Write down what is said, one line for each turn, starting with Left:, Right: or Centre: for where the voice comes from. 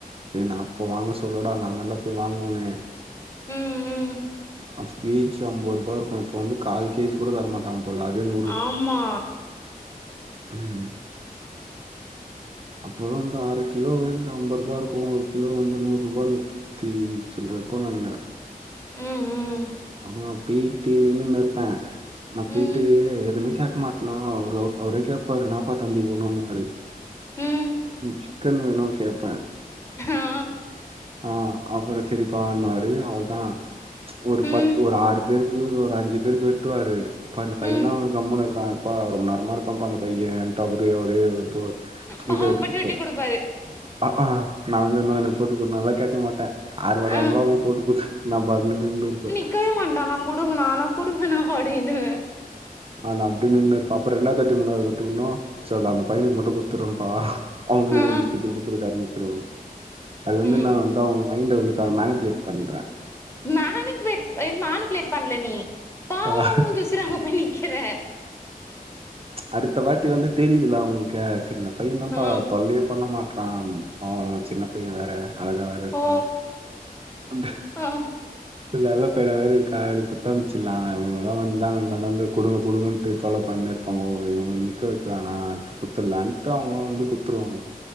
Right: டே நா அப்ப வாங்க சொல்லடா நா தண்டா போய் வாங்குவனே
Left: ம் ம்
Right: ஆஃப் கே ஜி அம்பது ரூபா இருக்கு இப்ப வந்து கால் கே ஜிகூட தரமாட்டாங் இப்பலா அதே நூ
Left: ஆம்மா
Right: ம் அப்போல்லா வந்து அரை கிலோ வந்து ஐம்பது ரூபா இருக்கும் ஒரு கிலோ வந்து நூறு ரூபா நூத்தி சில்ர இருக்கு நினக்கிற
Left: உம் உம்
Right: ஆஹ் போயிட்டு நீன்னு இருப்ப நா போயிட்டு
Left: ம்
Right: எதுமே கேக்க மாட்ட நா அவரை கேப்பாரு எங்கப்பா தம்பி போகணும்ன்னு மாரு
Left: ம்
Right: சிக்கன் வேணும் கேப்ப
Left: ஆ
Right: ஆஹ் அப்புறம் சரிப்பாண்ணுவாரு அவளதா ஒரு
Left: ம்
Right: பத்து ஒரு ஆறு பேருக்கு ஒரு அஞ்சு பேருக்கு வெட்டுவாரு அப்ப அந்த பையதா
Left: ம்
Right: அவுங்க கம்முன்னு இருக்கா அப்பா ரொம்ப நேரமா இருக்கான்ப்பா அந்த பைய டு அப்டி அவரே வெட்டுவாரு வீட்ல
Left: பாவப்பட்டு
Right: வெட்டி குத்துருவாரு
Left: குடுப்பாரு
Right: பாப்பா நா வந்து இன்னோ எனக் போட்டுக்குடுனாலா கேக்க மாட்ட யாரு வாரங்களோ
Left: ஆ
Right: அவுங்க போட்டு குடுத்து நா பாட்டு நின்னு இருப்பே
Left: க்கவே மாட்டா அண்ணா குடுங்கண்ணா அண்ணா குடுங்கண்ணா அப்டினுவே
Right: ஆ நா அப்டி நின்னுருப்ப அப்புறோ ரெண்டாதுவாட்டி மூணாதுவாட்டி இன்னு சோ இப்ப அந்த பையனுக்கு மட்டு குத்துறப்பா அவுங்களே
Left: ஆ
Right: கொஞ்சோ சீக்கரமா குடுக்க ஆரம்பிச்சிருவாங்க அது வந்து
Left: ம்
Right: நா வந்து அவுங்க மைண்ட வந்து மேனிப்புலேட் பண்றே
Left: மேனுப்ளேட் இது மேனுபிளேட் பண்ல நீயி பாவமா
Right: ஆஹ்
Left: மூஞ்ச வெச்சிட்டு அங்க போய் நிக்கற
Right: அடுத்த வாட்டி வந்து தெரிதுல்ல அவுங்குளுக்கே செரி இந்த பைய என்னப்பா
Left: ஆ
Right: தொல்லையே பண்ண மாட் பாம் பாவோ சின்னப் பைய வேற அழகா வேற இருக்கறா
Left: ஓ
Right: வந்து
Left: ஆ
Right: அதுனால இப்பட வேற இருக்கா குத்தம்பிச்சலாம் இவங்கல்லாம் வந்தாங்க கொடுங்க கொடுங்கன்ட்டு சொல்ல மாட்ட அப்ப இவங்க நிக்க வைக்க வேணா குடுத்துரலான்ட்டு அவங்களும் வந்து குடுத்துருவாங்க